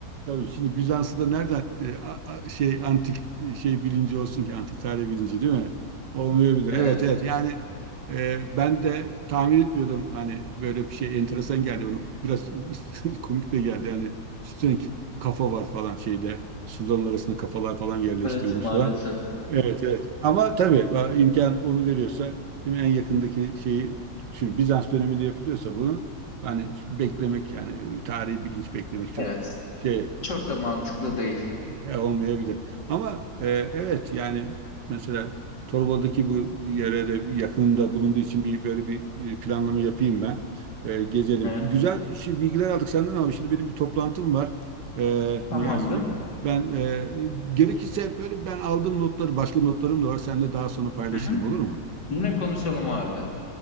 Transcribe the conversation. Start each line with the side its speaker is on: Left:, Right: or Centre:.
Right: Tabii şimdi Bizans'ı da nereden e, a- a- şey antik e, şey bilinci olsun ki antik tarih bilinci değil mi? Olmayabilir.
Left: Evet,
Right: Evet evet yani e, ben de tahmin etmiyordum hani böyle bir şey enteresan geldi bana biraz <laughs> komik de geldi yani üstüne kafa var falan şeyde suların arasında kafalar falan yerleştirilmiş
Left: evet maalesef.
Right: falan. Evet evet ama tabii a, imkan onu veriyorsa değil mi? En yakındaki şeyi şimdi Bizans döneminde yapılıyorsa bunu hani beklemek yani tarihi bilinç beklemek çok
Left: Evet,
Right: şey
Left: çok da mantıklı değil.
Right: e, olmayabilir. Ama e, evet yani mesela Torbalı'daki bu yere de yakınımda bulunduğu için bir böyle bir bir planlama yapayım ben. E, gezelim.
Left: Evet,
Right: Bu Güzel şi- bilgiler aldık senden ama şimdi benim bir toplantım var e,
Left: tamamdır.
Right: Niyazi'ciğim. Ben e, gerekirse böyle ben aldığım notları başka notlarım da var. Seninle daha sonra paylaşırım
Left: Hı hı.
Right: olur mu?
Left: Yine konuşalım o halde.